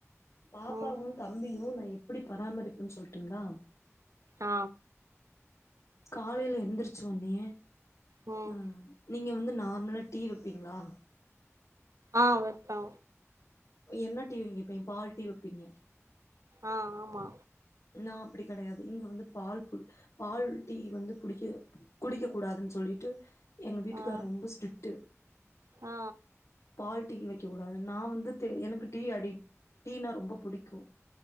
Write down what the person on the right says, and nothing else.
ம்
ஆ
ம்
ஆ வெப்போ
ஆ ஆமா
ஆ
ஆ